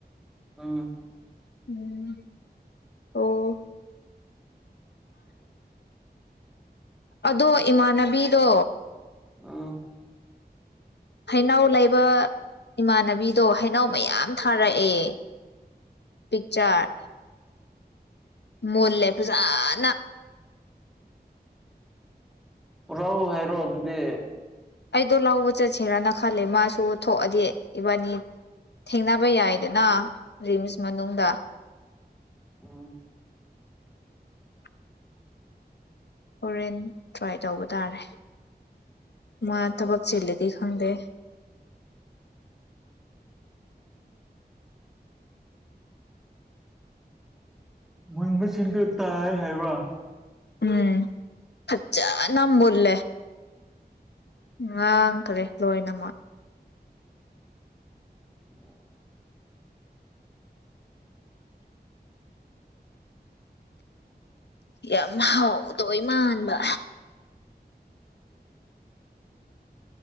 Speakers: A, in the centre; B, on the left.
A: ꯌꯨꯝ
B: ꯎꯝ ꯑꯣ ꯑꯗꯣ ꯏꯃꯥꯟꯅꯕꯤꯗꯣ
A: ꯎꯝ
B: ꯍꯩꯅꯧ ꯂꯩꯕ ꯏꯃꯥꯟꯅꯕꯤꯗꯣ ꯍꯩꯩꯅꯧ ꯃꯌꯥꯝ ꯊꯥꯔꯛꯑꯦ ꯄꯤꯛꯆꯔ ꯃꯨꯜꯂꯦ ꯐꯖꯅ
A: ꯄꯨꯔꯛꯑꯣ ꯍꯥꯏꯔꯣ ꯑꯗꯨꯗꯤ
B: ꯑꯩꯗꯣ ꯂꯧꯕ ꯆꯠꯁꯤꯔꯅ ꯈꯜꯂꯦ ꯃꯥꯁꯨ ꯊꯣꯛꯑꯗꯤ ꯏꯕꯥꯅꯤ ꯊꯦꯡꯅꯕ ꯌꯥꯏꯗꯅ ꯔꯤꯝꯁ ꯃꯅꯨꯡꯗ
A: ꯎꯝ
B: <inaudible> ꯍꯣꯔꯦꯟ ꯇ꯭ꯔꯥꯏ ꯇꯧꯕ ꯇꯥꯔꯦ ꯃꯥ ꯊꯕꯛ ꯆꯤꯟꯂꯗꯤ ꯈꯪꯗꯦ
A: <inaudible> ꯃꯨꯟꯕꯁꯤꯡꯗꯣ ꯇꯥꯏ ꯍꯥꯏꯕ
B: ꯎꯝ ꯐꯖꯆꯥꯅ ꯃꯨꯟꯂꯦ ꯉꯥꯡꯈꯔꯦ ꯂꯣꯏꯅꯃꯛ
A: ꯑꯣ
B: ꯌꯥꯝ ꯍꯥꯎꯗꯣꯏ ꯃꯥꯟꯕ